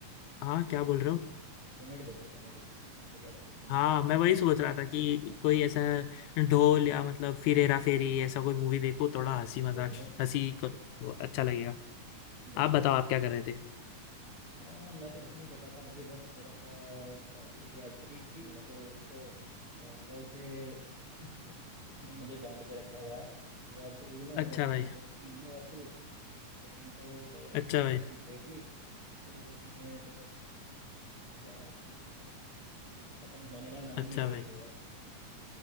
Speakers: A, on the left; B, on the right.
A: हाँ क्या बोल रहे हो
B: कॉमेडी देखो कॉमेडी उससे बेस्ट कुछ नहीं
A: हाँ
B: है
A: मैं वही सोच रहा था कि कोई ऐसा ढोल या
B: हम्म
A: मतलब फिर हेरा फेरी ऐसा कोई मूवी देखो थोड़ा
B: हाँ,
A: हंसी
B: ऐसे
A: मजाक
B: देख लो
A: हंसी करो तो अच्छा लगेगा
B: बिल्कुल
A: आप बताओ
B: बिल्कुल
A: आप क्या कर रहे थे
B: हाँ मैं तो कुछ नहीं कर रहा था अभी बस थोड़ा सा एक वेब सीरीज थी मैं तो उसको अ, कल से <laughs> उसने मुझे बांध के रखा हुआ है वेब सीरीज ने
A: अच्छा
B: वैसे
A: भाई
B: तो मैं देखता नहीं हूँ वेब सीरीज लेकिन कल एक
A: अच्छा
B: तो वेब
A: भाई
B: सीरीज देख ली तो उसने तो बस क्या बताऊं बस प- खत्म होने का नाम
A: अच्छा
B: नहीं ले
A: भाई
B: रही है भाई कल से